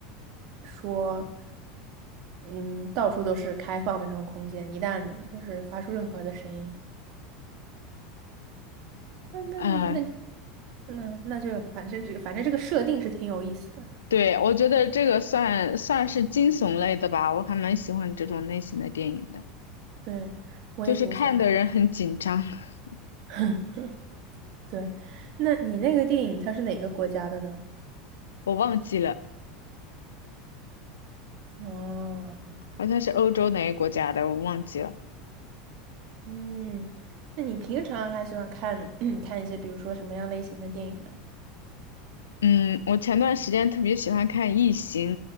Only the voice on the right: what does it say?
说，嗯，到处都是开放的这种空间，一旦就是发出任何的声音，那那你那
那那就反正这个反正这个设定是挺有意思的，
对，我也挺喜欢。
<laughs> 对，那你那个电影它是哪个国家的呢？
哦。
嗯，那你平常还喜欢看 <clears throat> 看一些，比如说什么样类型的电影呢？